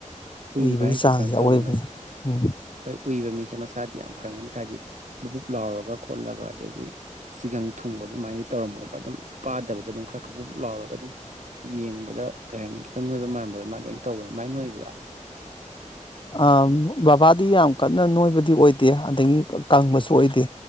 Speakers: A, on the right (about 70°); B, on the left (about 40°).
A: ꯎꯏꯕ
B: ꯎꯏꯕꯒꯤ
A: ꯍꯥꯏꯁꯦ
B: ꯆꯥꯡꯖꯦ
A: ꯀꯩꯅꯣ
B: ꯑꯔꯣꯏꯕꯅꯤ
A: ꯇꯧꯔꯝꯒꯅꯤ
B: ꯎꯝ
A: ꯍꯣꯏ ꯎꯏꯕ ꯃꯤꯁꯦ ꯃꯁꯥꯗꯤ ꯌꯥꯝꯅ ꯐꯔꯝꯒꯅꯤ ꯍꯥꯏꯗꯤ ꯕꯨ ꯕꯨꯛ ꯂꯥꯎꯔꯒ ꯈꯣꯠꯂꯒ ꯑꯗꯒꯤ ꯆꯤꯒꯪ ꯊꯨꯡꯕ ꯑꯗꯨꯃꯥꯏꯅ ꯇꯧꯔꯝꯃꯣꯏ ꯑꯗꯨꯝ ꯄꯥꯗꯕꯗꯣ ꯑꯗꯨꯝ ꯈꯔ ꯈꯕꯨꯞ ꯂꯥꯎꯔꯒ ꯑꯗꯨꯝ ꯌꯦꯡꯕꯗ ꯀꯩ ꯍꯥꯏꯅꯤ ꯈꯤꯇꯪ ꯅꯣꯏꯕ ꯃꯥꯟꯕ ꯑꯗꯨꯃꯥꯏꯅ ꯂꯣꯏꯅ ꯇꯧꯋꯦ ꯑꯗꯨꯃꯥꯏꯅ ꯅꯣꯏꯕ꯭ꯔꯥ
B: ꯑ ꯕꯕꯥꯗꯤ ꯌꯥꯝ ꯀꯟꯅ ꯅꯣꯏꯕꯗꯤ ꯑꯣꯏꯗꯦ ꯑꯗꯒꯤ ꯀꯪꯕꯁꯨ ꯑꯣꯏꯗꯦ꯫